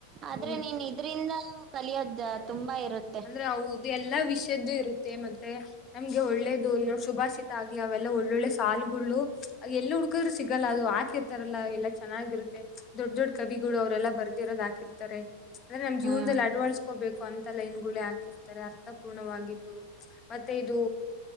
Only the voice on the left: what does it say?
ಹೌದು
ಅಂದ್ರೆ ಹೌದು ಎಲ್ಲಾ ವಿಷಯದ್ದು ಇರುತ್ತೆ ಮತ್ತೆ ನಮ್ಗೆ ಒಳ್ಳೇದು ಶುಭಾಶಿತ ಆಗಿ ಅವೆಲ್ಲ ಒಳ್ಳ ಒಳ್ಳೊಳ್ಳೆ ಸಾಲು ಅ ಎಲ್ಲ ಹುಡ್ಕದ್ರು ಸಿಗಲ್ಲ ಅದು ಹಾಕಿರ್ತಾರಲ್ಲ ಎಲ್ಲಾ ಚೆನ್ನಾಗಿರುತ್ತೆ ದೊಡ್ಡ ದೊಡ್ಡ ಕವಿಗಳು ಅವರೆಲ್ಲ ಬರ್ದಿ ಇರೋದ ಹಕಿರ್ತಾರೆ ಅಂದ್ರೆ ನಮ್
ಜೀವನದಲ್ಲಿ ಅಡವಳ್ಸ್ಕೋಬೇಕು ಅಂತ ಲೈನ್ ಗಳ ಹಾಕಿರ್ತಾರೆ ಅರ್ಥಪೂರ್ಣವಾಗಿದ್ದು ಮತ್ತೆ ಇದು